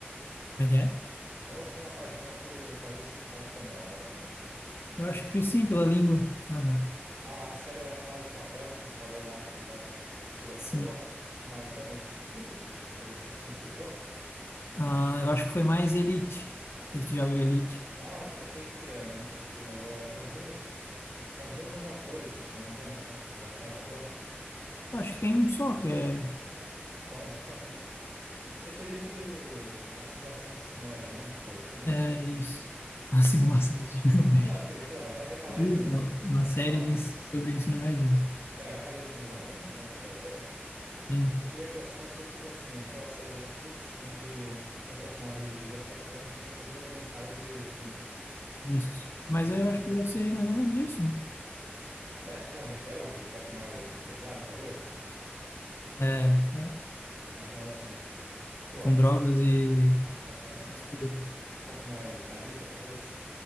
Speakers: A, on the left; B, on the right.
A: Como é que é?
B: Então você tem uma paixão por países que falam espanhol, basicamente.
A: Eu acho que foi sim, pela língua. Aham,
B: Ah, a série La Casa de Papel que você me falou lá que você gosta, que você gostou,
A: sim.
B: né? Te marcou nesse sentido? Te fez, te incentivou?
A: Ah, eu acho que foi mais Elite. Não sei se tu já viu Elite.
B: Ah, eu sei o que é, mas nunca assisti, mas é, são os mesmos, são os mesmos atores, se não me engano, né? De La Casa de Papel.
A: Eu acho que tem um só que é.
B: Só um. <laughs> Esse Elite é de é uma simulação de ensino médio, não é? Uma coisa assim.
A: É isso. <laughs> Uma simulação de ensino médio.
B: Ah, ok, sei lá, eu já reparei
A: Isso,
B: no.
A: é uma série
B: lá-
A: de ens- sobre ensino médio.
B: é, eu reparei assim, nos anúncios, né, que apareceram.
A: Sim,
B: Eu tive a impressão de ser tipo assim, aquelas séries da Netflix em que você tem um personagem de 17 anos interpretado por um cara de trinta.
A: isso. Mas
B: <laughs>
A: aí eu acho que deve ser mais ou menos isso, né?
B: É tipo um rebelde, só que mais pesado, talvez.
A: É, é.
B: Imaginava assim. Pô,
A: Com drogas e
B: <laughs> um
A: essas coisas.
B: pouco mais realista, talvez.